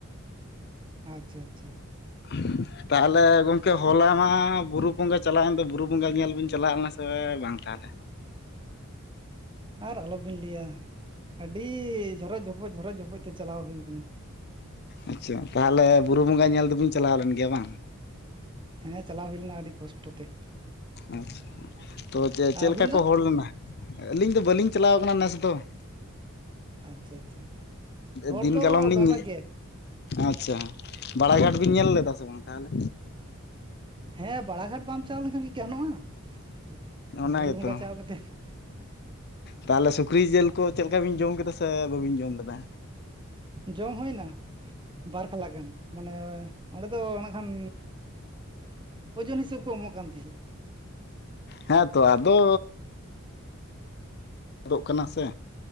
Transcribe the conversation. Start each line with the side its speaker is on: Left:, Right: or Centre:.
Right: ᱟᱪᱪᱷᱟ ᱟᱪᱪᱷᱟ ᱟᱪᱪᱷᱟ ᱾
Left: <inaudible> ᱛᱟᱦᱚᱞᱮ ᱜᱚᱢᱠᱮ ᱦᱚᱞᱟ ᱢᱟ ᱵᱩᱨᱩ ᱵᱚᱸᱜᱟ ᱪᱟᱞᱟᱣᱮᱱ ᱫᱚ ᱵᱩᱨᱩ ᱵᱚᱸᱜᱟ ᱧᱮᱞ ᱵᱤᱱ ᱪᱟᱞᱟᱣᱱᱟ ᱥᱮ ᱵᱟᱝ ᱛᱟᱦᱚᱞᱮ?
Right: ᱟᱨ ᱟᱞᱚᱵᱤᱱ ᱞᱟᱹᱭᱟ ᱟᱹᱰᱤ ᱡᱷᱚᱨᱚᱡ ᱡᱷᱚᱯᱚᱡ ᱡᱷᱚᱨᱚᱢ ᱡᱷᱚᱯᱚᱡ ᱛᱮ ᱪᱟᱞᱟᱣ ᱦᱩᱭ ᱠᱟᱱᱟ ᱾
Left: ᱟᱪᱪᱷᱟ ᱛᱟᱦᱚᱞᱮ ᱵᱩᱨᱩ ᱵᱚᱸᱜᱟ ᱧᱮᱞ ᱫᱚᱵᱤᱱ ᱪᱟᱞᱟᱣ ᱞᱮᱱ ᱜᱮᱭᱟ ᱵᱟᱝ?
Right: ᱦᱟᱱᱮᱸ ᱪᱟᱞᱟᱣ ᱦᱩᱭ ᱞᱮᱱᱟ ᱟᱹᱰᱤ ᱠᱚᱥᱴᱚ ᱛᱮ ᱾
Left: ᱟᱪᱪᱷᱟ ᱾ ᱛᱚ ᱪᱮ ᱪᱮᱫᱠᱟ
Right: ᱟᱹᱵᱤᱱ
Left: ᱠᱚ
Right: ᱫᱚ
Left: ᱦᱚᱲ ᱞᱮᱱᱟ? ᱟᱹᱞᱤᱧ ᱫᱚ ᱵᱟᱹᱞᱤᱧ ᱪᱟᱞᱟᱣ ᱠᱟᱱᱟ ᱱᱮᱥ ᱫᱚ ᱾
Right: ᱟᱪᱪᱷᱟ ᱟᱪᱪᱷᱟ ᱾ ᱪᱷᱟ ᱦᱚᱲ
Left: ᱫᱤᱱ
Right: ᱫᱚ
Left: ᱠᱟᱞᱚᱢ ᱞᱤᱧ
Right: ᱫᱚᱢᱮ ᱜᱮ᱾
Left: ᱟᱪᱪᱷᱟ ᱾ ᱵᱟᱲᱟᱜᱷᱟᱴ ᱵᱤᱱ ᱧᱮᱞ ᱞᱮᱫᱟ ᱥᱮ ᱵᱟᱝ ᱛᱟᱦᱚᱞᱮ?
Right: ᱦᱮᱸ ᱵᱟᱲᱟᱜᱷᱟᱴ ᱵᱟᱢ ᱪᱟᱞᱟᱣ ᱞᱮᱠᱷᱟᱱ ᱠᱤ ᱜᱟᱱᱚᱜᱼᱟ
Left: ᱚᱱᱟ
Right: ᱵᱩᱨᱩ
Left: ᱜᱮᱛᱚ
Right: ᱵᱚᱸᱜᱟ ᱪᱟᱞᱟᱣ ᱠᱟᱛᱮᱫ ᱾
Left: ᱛᱟᱦᱚᱞᱮ ᱥᱩᱠᱨᱤ ᱡᱤᱞ ᱠᱚ ᱪᱮᱫ ᱞᱮᱠᱟ ᱵᱤᱱ ᱡᱚᱢ ᱠᱮᱫᱟ ᱥᱮ ᱵᱟᱹᱵᱤᱱ ᱡᱚᱢ ᱞᱮᱫᱟ?
Right: ᱡᱚᱢ ᱦᱩᱭᱱᱟ ᱵᱟᱨ ᱠᱷᱟᱞᱟᱜ ᱜᱟᱱ ᱢᱟᱱᱮ ᱚᱸᱰᱮ ᱫᱚ ᱱᱟᱜ ᱠᱷᱟᱱ ᱳᱡᱚᱱ ᱦᱤᱥᱟᱹᱵᱽ ᱠᱚ ᱮᱢᱚᱜ ᱠᱟᱱ ᱛᱟᱦᱮᱫ ᱾
Left: ᱦᱮᱸᱛᱚ ᱟᱫᱚ ᱟᱫᱚᱜ ᱠᱟᱱᱟ ᱥᱮ